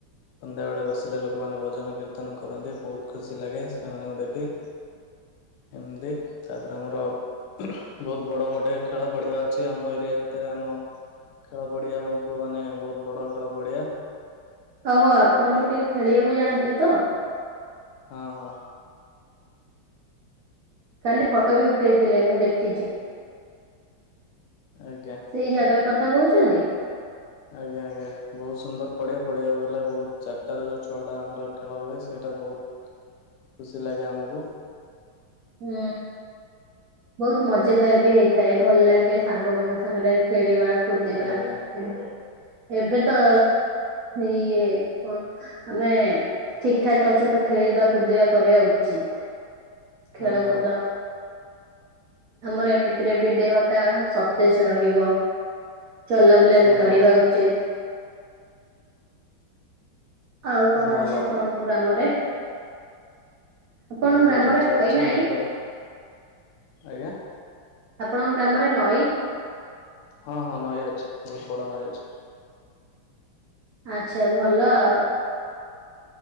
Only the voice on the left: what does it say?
ସନ୍ଧ୍ୟାବେଳେ ବସିଲେ ଲୋକମାନେ ଭଜନ କୀର୍ତ୍ତନ କରନ୍ତି। ବହୁତ ଖୁସି ଲାଗେ ସେମାନଙ୍କୁ ଦେଖି। ଏମ୍ଦି ତା ପରେ ଆମର ବହୁତ ବଡ଼ ଗୋଟେ ଖେଳ ପଡ଼ିଆ ଅଛି ଆମ ଏରିଆ ଭିତେରେ ଆମ ଖେଳପଡ଼ିଆ ଆମକୁ ମାନେ ବହୁତ ବଡ଼ ଖେଳ ପଡ଼ିଆ।
ହଁ ହଁ।
ଆଇଟା।
ଆଜ୍ଞା ଆଜ୍ଞା ବହୁତ ସୁନ୍ଦର ପଡିଆ ପଡିଆକୁ ଗଲେ ବହୁତ ଚାରିଟାରୁ ଯାଉ ଛଅଟା ଆମର ଖେଳ ହୁଏ ସେଇଟା ବହୁତ୍ ଖୁସି ଲାଗେ ଆମୁକୁ।
ଆଜ୍ଞା
ଅ ହଁ
ହଁ
ଭଲ
ଏଇ ସବୁ
ଜିନିଷ
ଅଛି
ତାପରେ ଆଜ୍ଞା
ହଁ ହଁ ନଈ ଅଛି ବହୁତ ବଡ଼ ନଈ ଅଛି।